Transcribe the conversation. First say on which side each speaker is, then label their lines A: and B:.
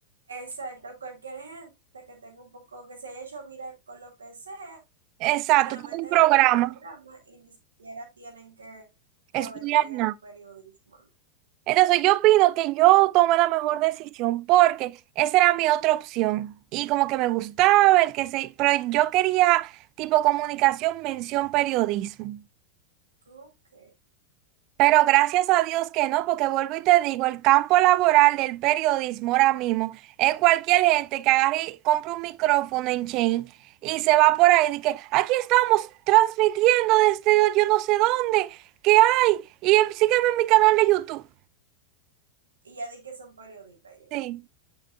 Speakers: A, on the right; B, on the right.
A: exacto. Cualquier gente que tenga un poco, que se haya hecho viral con lo que sea,
B: Exacto,
A: la
B: como
A: meten
B: un programa,
A: en cualquier programa y ni siquiera tienen que, que
B: estudiar
A: haber estudiado
B: nada.
A: periodismo. ¿no?
B: Entonces yo opino que yo tomé la mejor decisión porque esa era mi otra opción y como que me gustaba el que se, pero yo quería tipo comunicación, mención, periodismo.
A: Ok.
B: Pero gracias a Dios que no, porque vuelvo y te digo, el campo laboral del periodismo ahora mismo es cualquier gente que agarre y compre un micrófono en chain y se va por ahí y que aquí estamos transmitiendo desde yo no sé dónde, qué hay, y em, sígueme en mi canal de YouTube.
A: Y ya di que son periodistas. ya.
B: Sí,